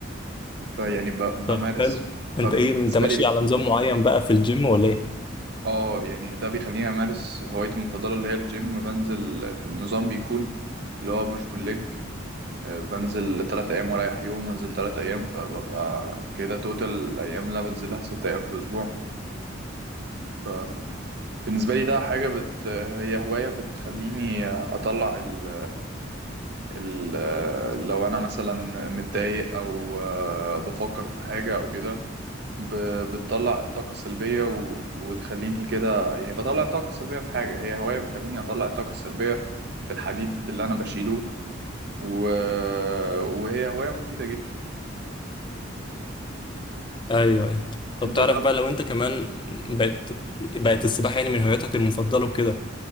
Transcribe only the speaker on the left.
طب حلو انت
ايه انت ماشي
على نظام معين بقى في الجيم ولا ايه
ايوه ايوه طب
تعرف
بقى لو انت كمان بقت بقت السباحة يعني من هواياتك المفضلة وكده